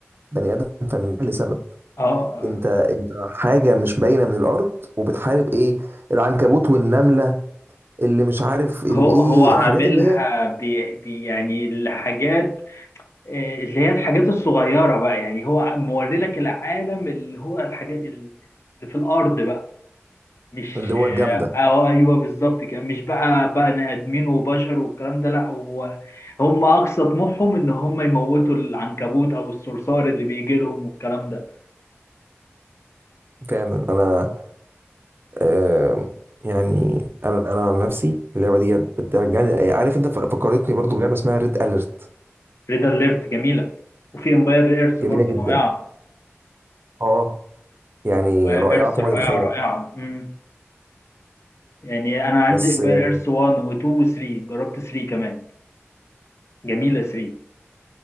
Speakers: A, on the right (about 50°); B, on the left (about 75°).
A: بني ادم فنان لسبب
B: اه
A: انت انت حاجه مش باينه من الارض وبتحارب ايه العنكبوت والنمله اللي مش عارف الايه
B: هو هو عاملها
A: الحاجات اللي هي
B: بي بي يعني الحاجات آه، اللي هي الحاجات الصغيرة بقى يعني هو موري لك العالم اللي هو الحاجات اللي في الأرض بقى مش
A: اللي هو الجامده
B: اه آه، ايوه بالظبط كده مش بقى بني آدمين وبشر والكلام ده لا هو هم أقصى طموحهم إن هم يموتوا العنكبوت أو الصرصار اللي بيجي لهم والكلام ده
A: فعلا انا آه يعني انا انا عن نفسي اللعبه دي بترجعني عارف انت فكرتني برضو بلعبه اسمها ريد اليرت
B: ريد اليرت جميله وفي امباير ايرث
A: جميله
B: برضه
A: جدا
B: رائعه
A: اه يعني
B: امباير
A: رائعه
B: ايرث
A: فوق
B: رائعه
A: ما تتخيل
B: رائعه امم يعني انا عندي
A: بس
B: امباير
A: آه،
B: ايرث 1 و2 و3 جربت 3 كمان جميله 3